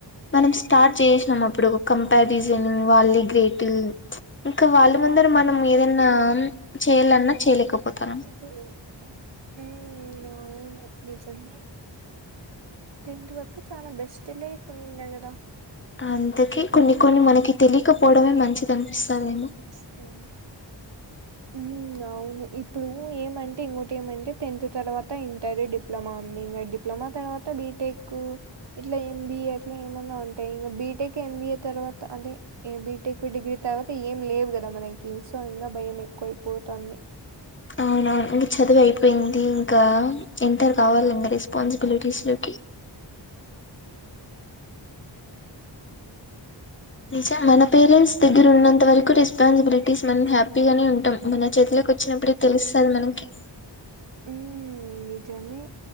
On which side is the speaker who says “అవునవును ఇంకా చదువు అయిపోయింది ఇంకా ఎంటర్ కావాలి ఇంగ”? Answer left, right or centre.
Left